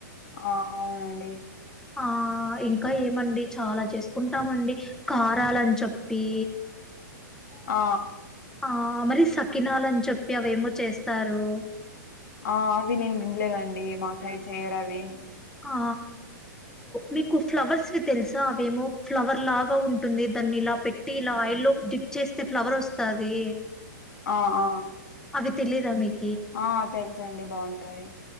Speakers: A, on the left; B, in the centre.
A: ఆ అవునండి
B: ఆ ఇంకా ఏమండి చాలా చేసుకుంటామండి కా రాలని చెప్పి
A: ఆ
B: ఆ మరి సకినాలని చెప్పి అవేమో చేస్తారు
A: ఆ అవి నేను వినలేదండి మా సైడ్ చెయ్యరు అవి
B: ఆ మీకు ఫ్లవర్స్వి తెలుసా అవేమో ఫ్లవర్ లాగా ఉంటుంది దాన్ని ఇలా పెట్ టిలాయిలు డిప్ చేస్తే ఫ్లవర్ వస్తాది
A: ఆ ఆ
B: అది తెలిదా మీకు
A: ఆ తెలుసండి బాగుంటాయి